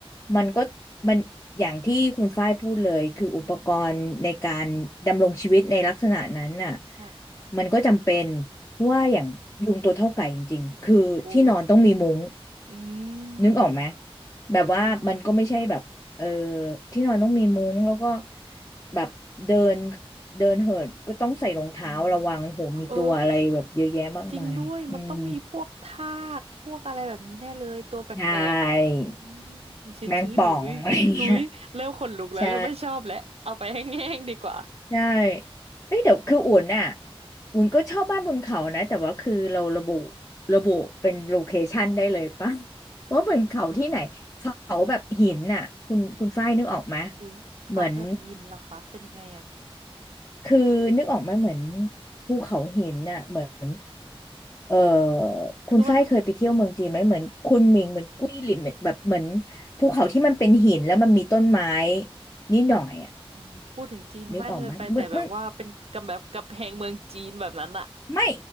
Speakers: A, on the left; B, on the right.
A: มันก็มันอย่างที่คุณฝ้ายพูดเลยคืออุปกรณ์ในการดำรงชีวิตในลักษณะนั้นน่ะ
B: อืมค่ะ
A: มันก็จำเป็นเพราะว่าอย่างยุงตัวเท่าไก่จริงๆคือที่นอนต้องมีมุ้ง
B: อืมอุ้ยอืม
A: นึกออกไหมแบบว่ามันก็ไม่ใช่แบบ
B: เออ
A: เออที่นอนต้องมีมุ้งแล้วก็แบบเดินเดินเหินก็ต้องใส่รองเท้าระวังโหมีตัวอะไรแบบเยอะแยะมากมายอืม
B: อืมเออจริงด้วย มันต้องมีพวกทากพวกอะไรแบบนี้แน่เลย ตัวแปลกๆอืม
A: ใช่
B: ชื้นชื้นอยู่อุ้ยอุ้ยเริ่มขนลุกแล้วเริ่มไม่ชอบแล้วเอาไปแห้งๆดีกว่า
A: แมงป่อง <laughs> อะไรเงี้ยใช่ใช่เอ้ยเดี๋ยวคืออุ่นน่ะอุ่นก็ชอบบ้านบนเขานะแต่ว่าคือเราระบุระบุเป็นโลเคชันได้เลยปะ <laughs> ว่าเป็นเขาที่ไหนเขาแบบหินน่ะคุณคุณฝ้ายนึกออกไหม
B: อุ้ยเขาแบบยินเหรอคะ
A: เหมือน
B: เป็นยังไงอะ
A: คือนึกออกไหมาเหมือนภูเขาหินน่ะเหมือนเออคุณฝ้ายเคยไปเที่ยวเมืองจีนไหมเหมือนคุณหมิงเหมือนกุ้ยหลินเหมือนแบบเหมือน
B: คือมัน
A: ภูเขาที่มันเป็นหินแล้วมันมีต้นไม้นิดหน่อยอ่ะ
B: อืมพูดถึงจีนไม่าเคยไปแต่แบบว่าเป็นกับแบบกับแพงเมืองจีนแบบนั้นอะ
A: นึกออกไหมเมืองเมืองไม่